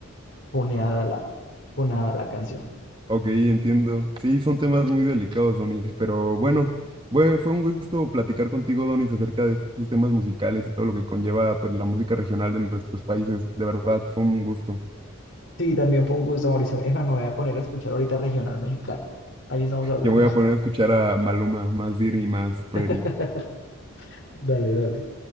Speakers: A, on the left; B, on the right.
A: puneada la, punada la canción.
B: Ok, entiendo. Sí, son temas muy delicados, Donis, pero bueno, fue, fue un gusto platicar contigo, Donis, acerca de estos temas musicales y todo lo que conlleva, pues, la música regional de nuestros países. De verdad, fue un gusto.
A: Sí, también fue un gusto, Mauricio. Es más, me voy a poner a escuchar ahorita regional mexicano. Ahí estamos hablando.
B: Yo voy a poner a escuchar a Maluma, más Diri, más Pretty.
A: <laughs> Dale, dale.